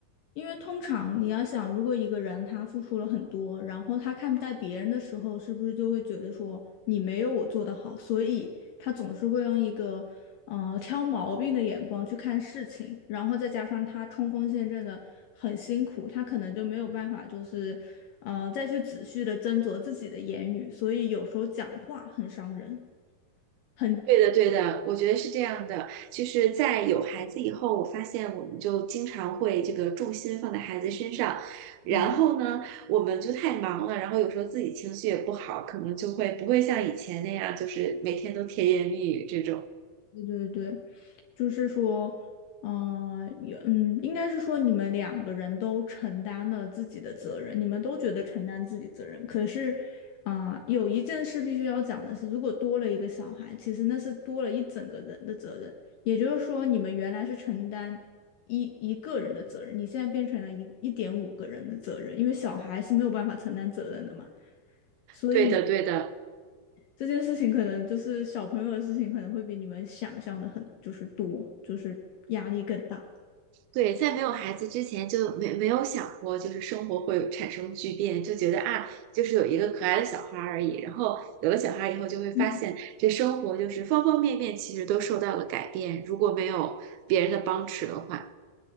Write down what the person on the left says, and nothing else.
因为通常你要想，如果一个人他付出了很多，然后他看待别人的时候，是不是就会觉得说你没有我做得好，所以他总是会用一个呃挑毛病的眼光去看事情，然后再加上他冲锋陷阵的很辛苦，他可能就没有办法就是呃再去仔细的斟酌自己的言语，所以有时候讲话很伤人，很，
嗯，
对对对。就是说，嗯、也嗯，应该是说你们两个人都承担了自己的责任，你们都觉得承担自己责任。可是，啊、有一件事必须要讲的是，如果多了一个小孩，其实那是多了一整个人的责任。也就是说，你们原来是承担一一个人的责任，你现在变成了一一点五个人的责任，因为小孩是没有办法承担责任的嘛。所以
这件事情可能就是小朋友的事情，可能会比你们想象的很就是多，就是压力更大。
嗯，